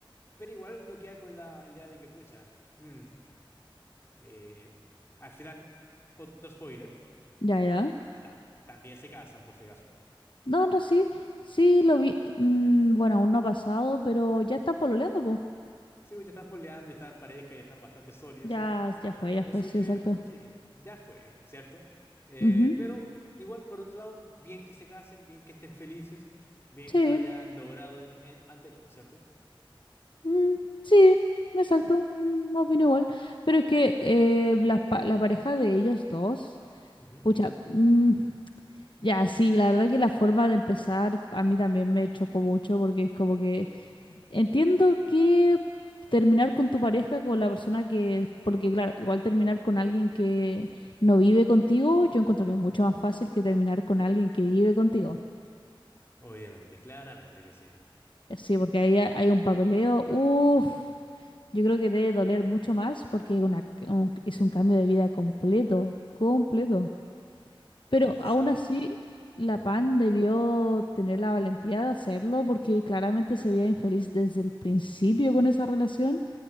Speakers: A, on the left; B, on the left.
A: Pero igual uno queda con la idea de que, pucha, mm, eh, al final, otro spoiler
B: Ya, ya.
A: tam- también se casan, por si acaso.
B: No, no, sí. Sí, lo vi. Mm, bueno, aún no ha pasado, pero ya están pololeando, po.
A: Sí, pues ya están poleando, ya están en pareja, ya están bastante sólidos,
B: Ya,
A: ¿cierto?
B: ya fue, ya
A: Así
B: fue, sí,
A: que,
B: exacto.
A: sí, ya fue, ¿cierto? Eh,
B: Ujú,
A: pero igual, por otro lado, bien que se casen, bien que estén felices, bien
B: Sí.
A: que lo hayan logrado en- en- ante todo, ¿cierto?
B: Mm, sí, exacto, mm, opino igual. Pero es que eh, la, pa- la pareja de ellos dos,
A: Ujú,
B: pucha, mm, ya, sí, la verdad que la forma de empezar a mí también me chocó mucho porque es como que entiendo que terminar con tu pareja, con la persona que, porque claro, igual terminar con alguien que no vive contigo, yo encuentro que es mucho
A: ujú.
B: más fácil que terminar con alguien que vive contigo.
A: Obviamente, claramente que sí.
B: Sí, porque ahí ha- hay un papeleo. Uf, yo creo que debe doler mucho más porque es una, un- es un cambio de vida completo, completo. Pero
A: Exacto.
B: aún así, la
A: Ujú.
B: PAN debió tener la valentía de hacerlo porque claramente se veía infeliz desde el principio con esa relación